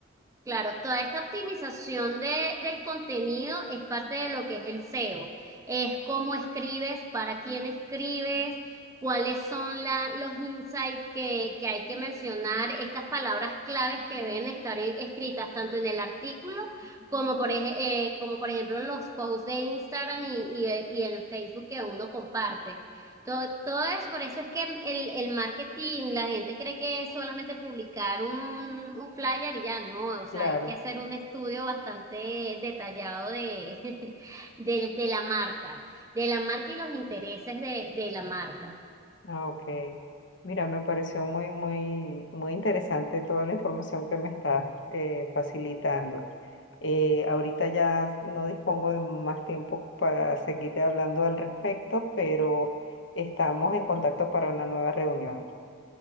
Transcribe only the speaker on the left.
claro.
Ah, ok. Mira, me pareció muy, muy, muy interesante toda la información que me estás eh, facilitando. Eh, ahorita ya no dispongo de más tiempo para seguirte hablando al respecto, pero estamos en contacto para una nueva reunión.